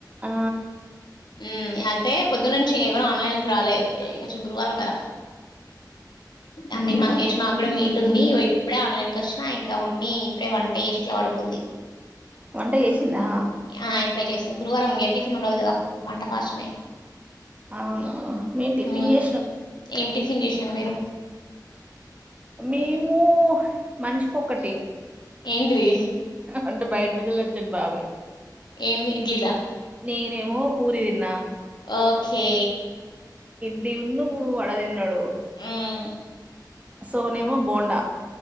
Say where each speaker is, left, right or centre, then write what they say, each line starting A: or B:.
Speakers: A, on the right; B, on the left.
A: ఆ
B: ఉమ్ ఇగ అంతే పొద్దు నుంచి ఎవరు ఆన్లైన్కి రాలేద్ కొంచెం గురువారం కదా అన్ని మమేష్ నాగూడ మీ టుంది వైప్ ఇప్పుడే ఆన్లైన్కి వచ్చినా ఇంకా మమ్మీ ఇప్పుడే వంట చేసి ఇట్ల పడుకుంది
A: వంట చేసిందా
B: ఆ ఇప్పుడే చేసింది గురువారం టిఫిన్ ఉండదు కదా వంట ఫాస్ట్ నే
A: అవును మేం టిఫిన్
B: హ్మ్
A: చేసినం
B: ఏం టిఫిన్ చేసింద్ మీరు
A: మీ ఓ మన్ష్ పోకటే
B: ఏంటిది
A: అంటే బయట మీదలోచన్ బాబాయ్
B: ఏవీ ఇడ్లిలా
A: నేనేమో పూరి విన్నా
B: ఓకే
A: లివినూ వాడాదినాడ్ డోహు
B: హ్మ్
A: సోనేమో బోండా